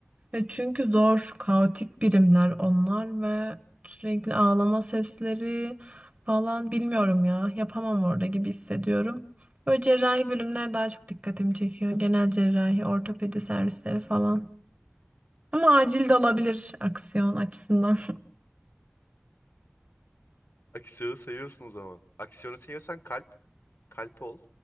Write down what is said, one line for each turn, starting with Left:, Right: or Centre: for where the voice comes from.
Right: Ya çünkü zor, kaotik birimler onlar ve sürekli ağlama sesleri falan bilmiyorum ya. Yapamam orada gibi hissediyorum. Böyle cerrahi bölümler daha çok dikkatimi çekiyor. Genel cerrahi, ortopedi servisleri falan. Ama acil de olabilir aksiyon açısından. <laughs>
Left: Aksiyonu seviyorsun o zaman. Aksiyonu seviyorsan kalp. Kalp ol.